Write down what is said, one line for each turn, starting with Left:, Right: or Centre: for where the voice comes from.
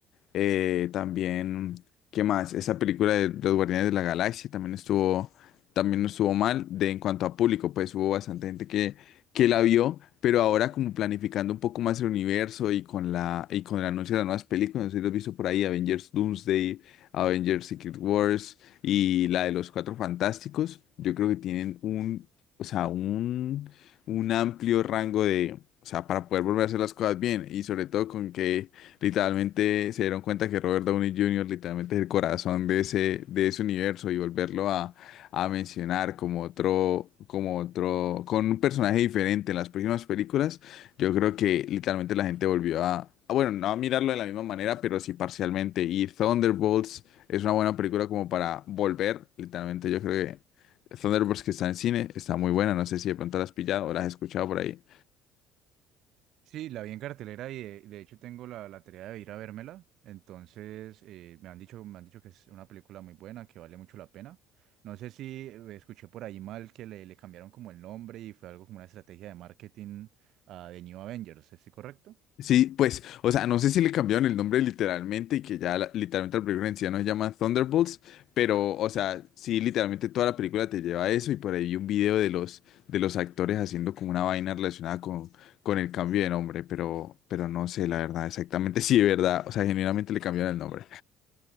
Left: Eh, también, ¿qué más? Esa película de Los Guardianes de la Galaxia también estuvo, también no estuvo mal de en cuanto a público, pues hubo bastante gente que, que la vio, pero ahora como planificando un poco más el universo y con la, y con el anuncio de las nuevas películas, no sé si lo has visto por ahí, Avengers Doomsday, Avengers Secret Wars y la de los Cuatro Fantásticos, yo creo que tienen un, o sea, un, un amplio rango de, o sea, para poder volver a hacer las cosas bien y sobre todo con que Literalmente se dieron cuenta que Robert Downey Jr. literalmente es el corazón de ese, de ese universo y volverlo a, a mencionar como otro, como otro, con un personaje diferente en las próximas películas, yo creo que literalmente la gente volvió a, a, bueno, no a mirarlo de la misma manera, pero sí parcialmente. Y Thunderbolts es una buena película como para volver, literalmente yo creo que Thunderbolts que está en cine está muy buena, no sé si de pronto la has pillado o la has escuchado por ahí.
Right: Sí, la vi en cartelera y de, de hecho tengo la, la tarea de ir a vérmela. Entonces, eh, me han dicho, me han dicho que es una película muy buena, que vale mucho la pena. No sé si eh, escuché por ahí mal que le, le cambiaron como el nombre y fue algo como una estrategia de marketing a The New Avengers, ¿estoy correcto?
Left: Sí, pues, o sea, no sé si le cambiaron el nombre literalmente y que ya la- literalmente la película en sí ya no se llama Thunderbolts, pero, o sea, sí, literalmente toda la película te lleva a eso y por ahí vi un video de los, de los actores haciendo como una vaina relacionada con, con el cambio de nombre, pero, pero no sé, la verdad, exactamente, <laughs> sí, de verdad, o sea, genuinamente le cambiaron el nombre,